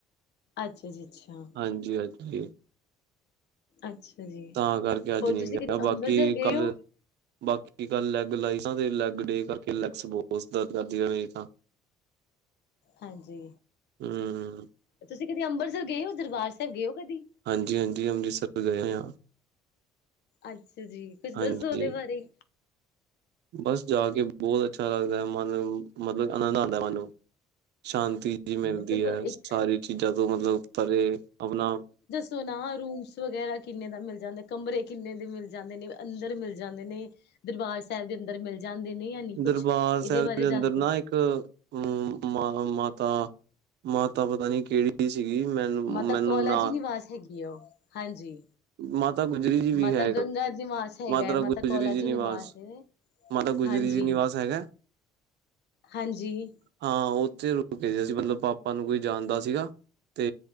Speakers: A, on the left (about 65°); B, on the right (about 70°).
A: ਅੱਛਾ ਜੀ ਅੱਛਾ
B: ਹਾਂਜੀ ਹਾਂਜੀ,
A: ਅੱਛਾ ਜੀ,
B: ਤਾਂ ਕਰਕੇ ਅੱਜ
A: ਹੋਰ
B: ਨਹੀਂ
A: ਤੁਸੀਂ
B: ਗਿਆ
A: ਕਦੇ ਅੰਮ੍ਰਿਤਸਰ
B: ਬਾਕੀ
A: ਗਏ
B: ਕੱਲ
A: ਹੋ?
B: ਬਾਕੀ ਕਲ ਲੈਗ ਲਾਈ ਲੈਗ ਡੇ ਕਰਕੇ ਲੈ ਬਹੁਤ ਦਰਦ ਕਰਦੀ ਮੇਰੀ ਤਾਂ। <unintelligible>
A: ਹਾਂਜੀ
B: ਹੂੰ,
A: ਤੁਸੀਂ ਕਦੀ ਅੰਬਰਸਰ ਗਏ ਹੋ ਦਰਬਾਰ ਸਾਹਿਬ ਗਏ ਹੋ ਕਦੀ।
B: ਹਾਂਜੀ ਹਾਂਜੀ ਅੰਮ੍ਰਿਤਸਰ ਗਏ ਹਾਂ।
A: ਅੱਛਾ ਜੀ ਕੁੱਛ
B: ਹਾਂਜੀ।
A: ਦੱਸੋ ਉਹਦੇ ਬਾਰੇ।
B: ਬਸ ਜਾ ਕੇ ਬਹੁਤ ਅੱਛਾ ਲੱਗਦਾ ਮਨ ਮਤਲਬ ਆਨੰਦ ਆਉਂਦਾ ਮਨ ਨੂੰ ਸ਼ਾਂਤੀ ਮਿਲਦੀ
A: ਮਤਲਬ
B: ਹੈ
A: ਇੱਕ
B: ਸਾਰੀ ਚੀਜ਼ਾਂ ਤੋਂ ਮਤਲਬ ਪਰੇ ਆਪਣਾ
A: ਸੁਣਾ ਰੂਮਸ ਵਗੈਰਾ ਕਿੰਨੇ ਦਾ ਮਿਲ ਜਾਂਦਾ ਕਮਰੇ ਕਿੰਨੇ ਦੇ ਮਿਲ ਜਾਂਦੇ ਨੇ ਅੰਦਰ ਮਿਲ ਜਾਂਦੇ ਨੇ। ਦਰਬਾਰ ਸਾਹਿਬ ਦੇ ਅੰਦਰ ਮਿਲ ਜਾਂਦੇ ਨੇ ਯਾ ਨਹੀਂ ਕੁਛ
B: ਦਰਬਾਰ ਸਾਹਿਬ
A: ਇਹਦੇ ਬਾਰੇ
B: ਦੇ ਅੰਦਰ
A: ਦੱਸ
B: ਨਾ
A: ਦੋ
B: ਇੱਕ ਆ ਮਾਤਾ ਮਾਤਾ ਪਤਾ ਨੀ ਕਿਹੜੀ ਸੀਗੀ ਮੈਨੂੰ
A: ਮਾਤਾ
B: ਮੈਨੂੰ
A: ਕੌਲਾ
B: ਨਾਅ
A: ਜੀ ਨਿਵਾਸ ਹੈਗੀ ਆ ਉਹ ਹਾਂਜੀ
B: ਮ ਮਾਤਾ ਗੁਜਰੀ ਜੀ ਵੀ
A: ਮਾਤਾ
B: ਹੈ ਇੱਕ
A: ਗੰਗਾ ਨਿਵਾਸ ਹੈਗਾ
B: ਮਾਤਾ
A: ਹੈ
B: ਗੁਜਰੀ
A: ਕੌਲਾ
B: ਜੀ ਨਿਵਾਸ
A: ਹੈ
B: ਮਾਤਾ ਗੁਜਰੀ
A: ਹਾਂਜੀ
B: ਜੀ। ਨਿਵਾਸ ਹੈਗਾ।
A: ਹਾਂਜੀ
B: ਹਾਂ ਉੱਥੇ ਰੁਕੇ ਸੀਗੇ ਮਤਲਬ ਪਾਪਾ ਨੂੰ ਕੋਈ ਜਾਣਦਾ ਸੀਗਾ ਤੇ